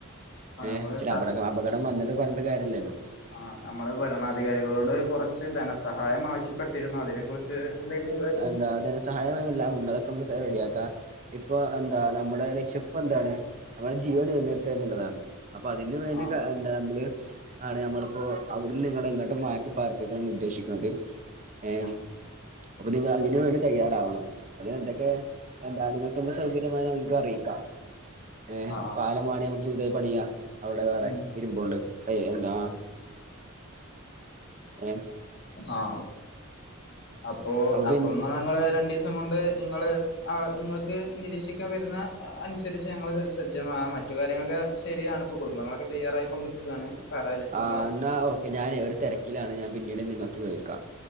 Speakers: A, on the left; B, on the right.
A: ആഹ്
B: ഏ
A: നമ്മള്
B: ഒരു അപട അപകടം വന്നിട്ട് പറഞ്ഞിട്ട് കാര്യമില്ലല്ലോ
A: ആ നമ്മള് ഭരണാധികാരികളോട് കുറച്ച് ധനസഹായം ആവശ്യപ്പെട്ടിരുന്നു അതിനെ കുറിച്ച് എന്തെ ലും വിവരം
B: അ ധനസഹായംമെല്ലാം ഉണ്ട്. അതൊക്ക നമുക്ക് റെഡിയാക്കാം. ഇപ്പൊ എന്താ നമ്മുടെ രക്ഷപ്പ് എന്താണ് നമ്മുടെ ജീവൻ നിലനിർത്തുക എന്നുള്ളതാണ്. അപ്പൊ അതിന് വേണ്ടിട്ട്
A: ആഹ്
B: എന്താ നമ്മള് ആണ് നമ്മളിപ്പോ അവിടുന്ന് നിങ്ങള ഇങ്ങോട്ട് മാറ്റി പാർപ്പിക്കണന്ന് ഉദ്ദേശിക്കുന്നതും ഏ
A: ആഹ്
B: അപ്പൊ നിങ്ങള് അതിന് വേണ്ടി തയ്യാറാവണം അതിനെന്തൊക്കെ എന്താ നിങ്ങ എന്ത് സൗകര്യവേണേൽ നിങ്ങക്ക് അറിയിക്കാം. ഏ
A: ആഹ്
B: പാലം വേണേൽ നമുക്ക് പുതുതായി പണിയാം. അവിടെ വേറെ
A: ഉം
B: ഇരുമ്പൊണ്ട് അ ഏ എന്താ ഏഹ്
A: ആ അപ്പോ
B: അപ്പൊ
A: അപ്പൊന്ന്
B: പിൻ
A: ഞങ്ങള് രണ്ടു ദിവസം കൊണ്ട് നിങ്ങള് ആ നിങ്ങൾക്ക് നിരീക്ഷിക്കാൻ വരുന്ന അനുസരിച്ച് ഞങ്ങൾ സജ്ജമാ മറ്റു കാര്യങ്ങളൊക്കെ ശരിയാണ് ഇപ്പ കുടുംബങ്ങളൊക്കെ തയ്യാറായി കൊണ്ടിക്കുകയാണ് പലായനത്തിനുള്ള
B: ആഹ് എന്നാ ഓക്കെ ഞാനേ ഒരു തിരക്കിലാണ് ഞാൻ പിന്നീട് നിങ്ങൾക്ക് വിളിക്കാം